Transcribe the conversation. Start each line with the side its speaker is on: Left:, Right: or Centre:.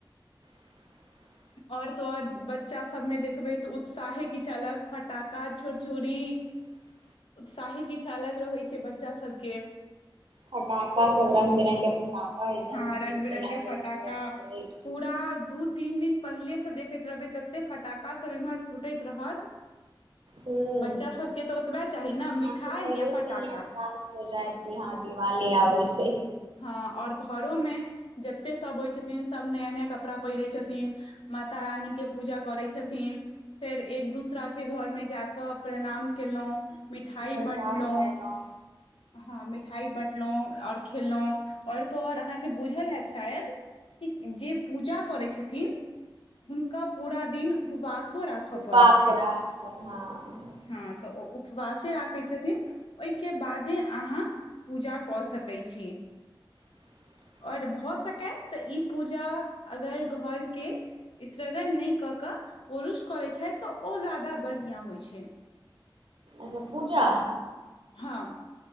Right: <inaudible> <unintelligible>
Left: आओर त आओर बच्चा सबमें देखबै तऽ उत्साहे किछु अलग फटाका छुरछुड़ी
Right: <unintelligible>
Left: उत्साहे किछ अलग रहैइ छै बच्चा सबके
Right: फटाका सब रंग बिरंग के फटाका एकदम
Left: हँ
Right: कीन
Left: रंग बिरंग
Right: लागे
Left: के पटाखा
Right: छै फोड़ै छै
Left: पूरा दू तीन दिन पहिले से देखैत रहबै तते फटाका सब इम्हर फूटैत रहत
Right: हूँ
Left: बच्चा सबके तऽ ओतबे चाही ने
Right: अहाँके
Left: मिठाई
Right: पहिले
Left: या
Right: से
Left: फटाका
Right: ही एहसास हो जाएत कि हँ दिवाली आबैय छै
Left: आओर घरो में जते सब होइ छथिन सब नया नया कपड़ा पहिरे छथिन माता रानी के पूजा करै छथिन फेर एक दोसरा के घर मे जााकऽ प्रणाम केलहुँं मिठाइ
Right: प्रसाद
Left: बँटलौं
Right: खयलहुँ
Left: हँ मिठाई बँटलौं आओर खेलौं आओर त आओर अहाँके बुझल हयत शायद कि जे पूजा करै छथिन थिन हुनका पूरा दिन उपवासो राखय
Right: उपास
Left: पड़ै छनि
Right: रहै छै, हँ
Left: हां तऽ ओ उपवासे राखै छथिन ओईके बादे अहाँ पूजा कऽ सकै छी
Right: <unintelligible>
Left: आओर भऽ सकय तऽ ई पूजा अगर घरके सृगण नहि कऽ कऽ पुरुष करैत छथि तऽ ओ जादा बढ़ियाॅं होइ छै
Right: अच्छा पूजा
Left: हाँ